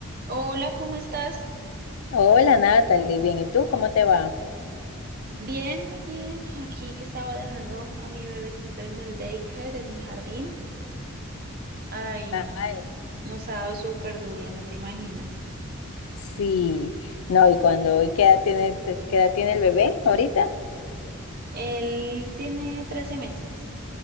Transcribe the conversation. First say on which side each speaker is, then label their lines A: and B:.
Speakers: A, on the right (about 40°); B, on the left (about 70°).
A: Hola, ¿cómo estás?
B: Hola Natalie, bien, ¿y tú cómo te va?
A: Bien, muy bien. Aquí que estaba dejando a mi bebecito en el daycare, en el jardín. Ay, no,
B: Ay,
A: nos ha dado súper duro, no te imaginas.
B: sí, no, y cuando, ¿y qué edad tiene, te- qué edad tiene el bebé ahorita?
A: Él tiene 13 meses,